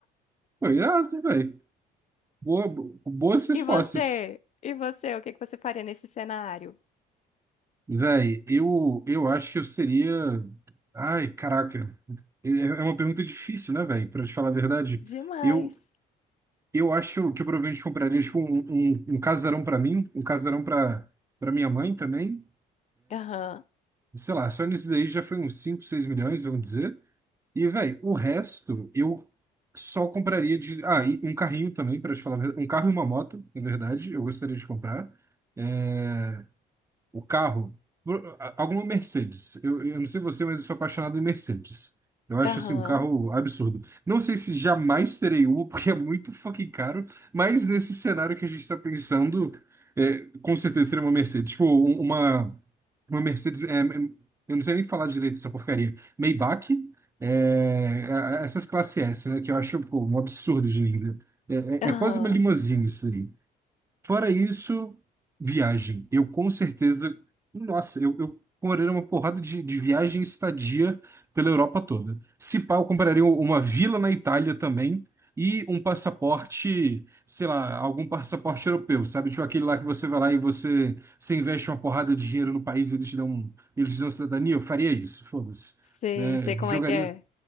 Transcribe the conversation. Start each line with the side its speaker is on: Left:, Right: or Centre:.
Right: Foi irado, velho. Boa, boas respostas.
Left: E você? E você? O que que você faria nesse cenário?
Right: Velho, eu, eu acho que eu seria. Ai, caraca. E É é uma pergunta difícil, né, velho? Pra te falar a verdade,
Left: Demais.
Right: eu, eu acho que eu, que eu provavelmente compraria tipo, um, um, um casarão pra mim, um casarão pra para minha mãe também.
Left: Aham,
Right: Sei lá, só nisso daí já foi uns 5, 6 milhões, vamos dizer. E, velho, o resto eu só compraria de. Ah, e um carrinho também, pra te falar a verdade. Um carro e uma moto, na verdade, eu gostaria de comprar. É, O carro, por- a- alguma Mercedes. Eu, eu não sei você, mas eu sou apaixonado em Mercedes. Eu acho
Left: aham,
Right: assim um carro absurdo. Não sei se jamais terei uma, <laughs> porque é muito fucking caro, mas nesse cenário que a gente está pensando, é, com certeza seria uma Mercedes. Tipo, um- uma, uma Mercedes. é, é, eu não sei nem falar direito dessa porcaria. Maybach, é, é, essas classe S, né? Que eu acho, pô, um absurdo de linda. É,
Left: aham.
Right: é é quase uma limousine isso aí. Fora isso, viagem. Eu com certeza. Nossa, eu, eu compraria uma porrada de, de viagem e estadia pela Europa toda. Se pá, eu compraria um, uma vila na Itália também e um passaporte, sei lá, algum passaporte europeu, sabe? Tipo aquele lá que você vai lá e você, você investe uma porrada de dinheiro no país e eles te dão, um, eles te dão cidadania. Eu faria isso, foda-se.
Left: Sei,
Right: É,
Left: sei como
Right: jogaria.
Left: é que é.